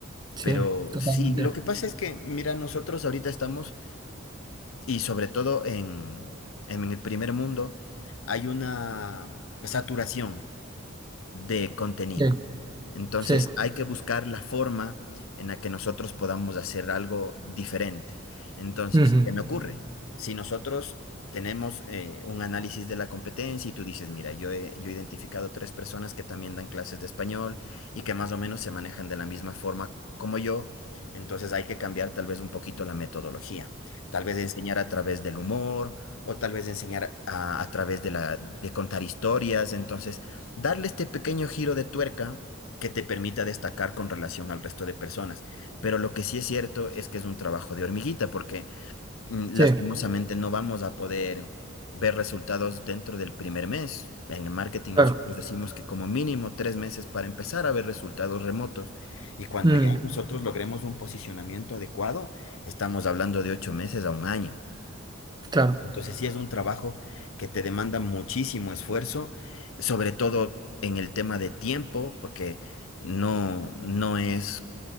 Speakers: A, on the right; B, on the left.
A: sí,
B: Pero
A: totalmente.
B: sí, lo que pasa es que, mira, nosotros ahorita estamos, y sobre todo en, en el primer mundo, hay una saturación de contenido.
A: Sí,
B: Entonces
A: sí,
B: hay que buscar la forma en la que nosotros podamos hacer algo diferente. Entonces,
A: ujú,
B: ¿qué me ocurre? Si nosotros tenemos eh, un análisis de la competencia y tú dices, mira, yo he, yo he identificado tres personas que también dan clases de español y que más o menos se manejan de la misma forma como yo, entonces hay que cambiar tal vez un poquito la metodología. Tal vez enseñar a través del humor o tal vez enseñar a, a través de la, de contar historias. Entonces, darle este pequeño giro de tuerca que te permita destacar con relación al resto de personas. Pero lo que sí es cierto es que es un trabajo de hormiguita, porque mm, lastimosamente
A: sí,
B: no vamos a poder ver resultados dentro del primer mes. En el marketing
A: claro,
B: nosotros decimos que como mínimo tres meses para empezar a ver resultados remotos. Y cuando
A: mm,
B: ya nosotros logremos un posicionamiento adecuado, estamos hablando de ocho meses a un año.
A: claro,
B: Entonces sí es un trabajo que te demanda muchísimo esfuerzo, sobre todo en el tema de tiempo, porque no, no es